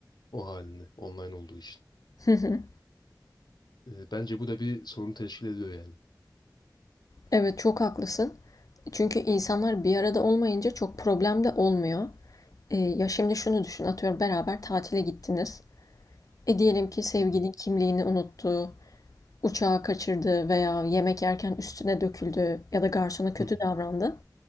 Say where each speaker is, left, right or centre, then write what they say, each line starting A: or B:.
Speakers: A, on the left; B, on the left.
A: O halini online olduğu için.
B: hı hı.
A: E, bence bu da bir sorun teşkil ediyor yani.
B: Evet çok haklısın. Çünkü insanlar bir arada olmayınca çok problem de olmuyor. E, ya şimdi şunu düşün, atıyorum beraber tatile gittiniz. E diyelim ki sevgilin
A: Hı hı,
B: kimliğini unuttu, uçağı kaçırdı veya yemek yerken üstüne döküldü ya da garsona kötü
A: hı hı,
B: davrandı.